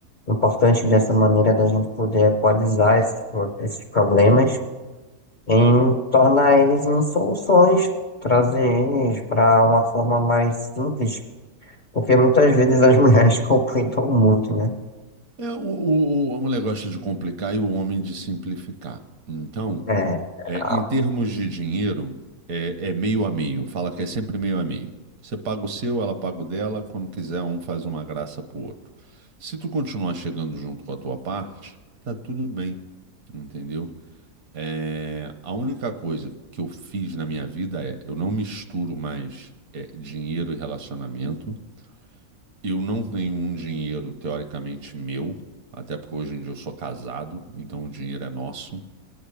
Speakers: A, on the left (about 45°); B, on the right (about 70°).
A: importantes dessa maneira da gente poder equalizar esses, pro- esses problemas em tornar eles em soluções, trazer eles para uma forma mais simples, porque muitas vezes as <laughs> mulheres complicam muito, né?
B: É, o, o- o- a mulher gosta de complicar e o homem de simplificar. Então,
A: É,
B: É,
A: a-
B: em termos de dinheiro, é, é meio a meio. Fala que é sempre meio a meio. Você paga o seu, ela paga o dela. Quando quiser, um faz uma graça pro outro. Se tu continuar chegando junto com a tua parte, tá tudo bem, entendeu? É, a única coisa que eu fiz na minha vida é eu não misturo mais é, dinheiro e relacionamento. Eu não tenho um dinheiro teoricamente meu, até porque hoje em dia eu sou casado, então o dinheiro é nosso.